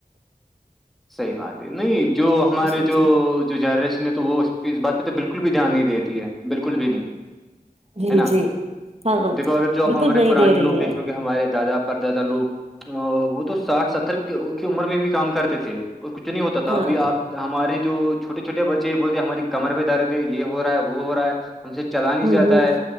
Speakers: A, in the centre; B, on the right.
A: صحیح بات ہے نہیں جو ہمارے
B: جی
A: جو جو جنریشن ہے تو وہ اس پہ اس بات پہ تو بالکل بھی دھیان نہیں دیتی ہے بالکل بھی نہیں
B: جی
A: ہے
B: جی
A: نا
B: جی ہاں
A: دیکھو اگر جو آپ
B: بالکل
A: ہمارے
B: نہیں
A: پرانے
B: دے رہی
A: لوگ دیکھو
B: ہے
A: گے ہمارے دادا پردادہ لوگ ا وہ تو ساٹھ ستر کی عمر میں بھی کام کرتے تھے اور کچھ نہیں ہوتا تھا
B: ہاں
A: ابھی آپ ہمارے جو چھوے چوٹے بچے یہ بولتے ہیں ہماری کمر میں درے تھے یہ ہو رہا ہے وہ ہو رہا ہے ہم سے چلا نہیں
B: ہوں
A: جاتا
B: ہوں
A: ہے